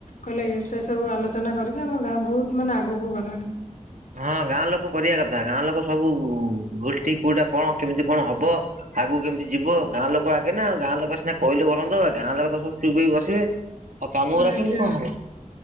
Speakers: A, on the left; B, on the right.
A: କଲେ ଇଏ ସେ ସବୁ ଆଲୋଚନା କରିକି ଆମ ଗାଁ ବହୁତ ମାନେ ଆଗକୁ ଗଲାଣି।
B: ହଁ ଗାଁ ଲୋକ କରିବା କଥା ଗାଁ ଲୋକ ସବୁ ଭୁଲ ଠିକ କୋଉଟା କଣ କେମିତି କଣ ହବ ଆଗକୁ କେମିତି ଯିବ ଗାଁ ଲୋକ ଆଗେ ନା ଗାଁ ଲୋକ ସିନା କହିଲେ ଭଲ <unintelligible> ଗାଁ ଲୋକ ତ ସବୁ ଚୁପ୍ ହେଇ ବସିବେ ଆଉ କାମ ଗୁରା
A: ଆଜ୍ଞା
B: କେମିତି କଣ ହବ